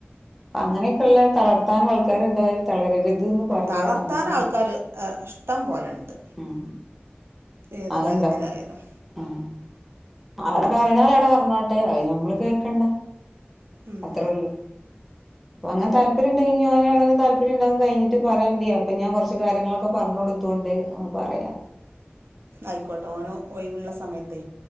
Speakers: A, in the centre; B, on the right.
A: അങ്ങനെയൊക്കെള്ള തളർത്താനും ആൾക്കാരുണ്ടാവും തളരരുത്ന്ന് പറയ
B: തളർത്താൻ
A: അങ്ങനൊരു
B: ആൾക്കാര് ഇഷ്ടം പോലെണ്ട്
A: ഉം
B: ഏത്
A: അതുണ്ടാവും
B: കാര്യത്തിലായാലും
A: ആഹ് അവിടെ പറയണോല് അവിടെ പറഞ്ഞോട്ടെ അത് ഞമ്മള് കേക്കണ്ട
B: ഉം
A: അത്രേ ഉള്ളു അപ്പൊ അങ്ങനെ താല്പര്യ ഉണ്ടെങ്ക ഞാന അന താല്പര്യാണ്ടന്ന് കഴിഞ്ഞിട്ട് പറയോണ്ടി അപ്പ ഞാൻ കുറച്ച് കാര്യങ്ങളക്കെ ഒക്കെ പറഞ് കൊടുത്തോണ്ട് ന്ന് പറയാ
B: അയ്ക്കോട്ടെ ഓന് ഒയവുള്ള സമയത്ത്